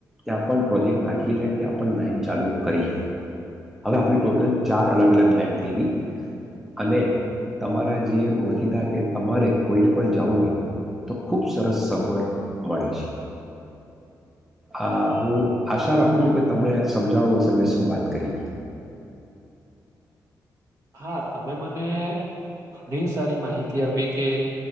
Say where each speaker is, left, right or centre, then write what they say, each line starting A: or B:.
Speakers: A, in the centre; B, on the right (about 55°).
A: ત્યાં પણ પ્રોજેક્ટ નાખીને ત્યાં પણ લાાઈન ચાલુ કરી હવે આપણી ટોટલ ચાર અલગ- અલગ લાાઈન થઈ ગઈ, અને તમારા જે ઓળખીતા કે તમારે કોઈને પણ જવું હોય તો ખૂબ સરસ સગવડ મળે છે. આ હું આશા રાખું છું કે તમને સમજાણું હશે મેં શું વાત કરી
B: હા તમે મને ઘણી સારી માહિતી આપી કે